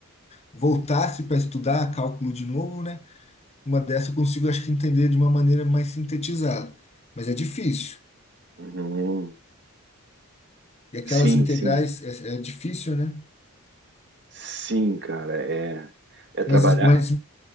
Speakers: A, on the left; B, on the right.
A: voltasse para estudar cálculo de novo, né? Uma dessa eu consigo, acho que entender de uma maneira mais sintetizada, mas é difícil.
B: uhum.
A: E aquelas
B: Sim,
A: integrais
B: sim.
A: é, é difícil, né?
B: Sim, cara, é. É trabalhar.
A: Mas, mas